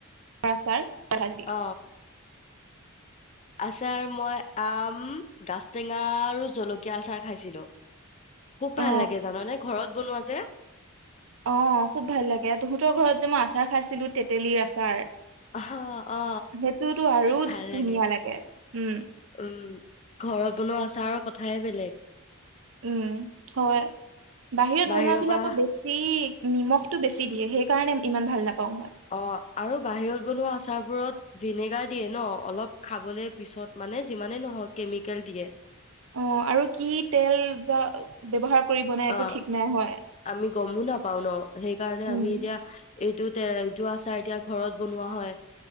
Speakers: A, on the right; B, on the left.
A: আচাৰ খাইছিলি
B: অ আচাৰ মই আম গাছ টেঙা আৰু জলকীয়া কেঁচা খাইছিলো খুব ভাল
A: অ
B: লাগে জান নে ঘৰত বনোৱা যে
A: অ খুব ভাল লাগে তহঁতৰ ঘৰত যে মই আচাৰ খাইছিলো তেতেলীৰ আচাৰ
B: অ অ
A: সেইটোতো আৰু
B: ভাল লাগে
A: ধুনীয়া উম
B: উম ঘৰত বনোৱা আচাৰৰ কথাই বেলেগ
A: উম হয় বাহিৰত
B: বাহিৰৰ
A: বনোৱাবিলাকক
B: পৰা
A: বেছি নিমখটো বেছি দিয়ে সেই কাৰণে ইমান ভাল নাপাওঁ মই
B: অ আৰু বাহিৰত বনোৱা আচাৰবোৰত ভিনেগাৰ দিয়ে ন অলপ খাবলৈ পিছত মানে যিমানে নহয় কেমিকেল দিয়ে
A: অ আৰু কি তেল যা ব্যৱহাৰ কৰিব নাই
B: অ
A: একো ঠিক নাই হয়
B: আমি গমো নাপাও ন সেইকাৰণে
A: উম
B: আমি এতিয়া এইটো তেল এইটো আচাৰ এতিয়া ঘৰত বনোৱা হয়।